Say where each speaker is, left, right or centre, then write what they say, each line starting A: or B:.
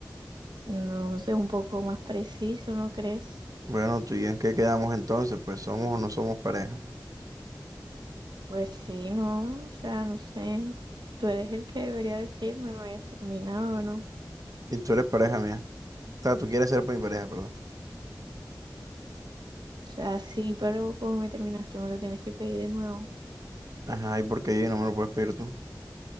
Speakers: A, on the right (about 75°); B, on the right (about 50°).
A: No sé, un poco más preciso, ¿no crees?
B: Bueno, tú y yo en qué quedamos entonces, pues somos o no somos pareja.
A: Pues sí, no, o sea, no sé. Tú eres el que debería decirme, me hayas terminado o no.
B: Y tú eres pareja mía. O sea, tú quieres ser mi pareja, perdón.
A: O sea, sí, pero como me terminaste, me lo tienes que pedir de nuevo.
B: Ajá, ¿y por qué yo no me lo puedes pedir tú?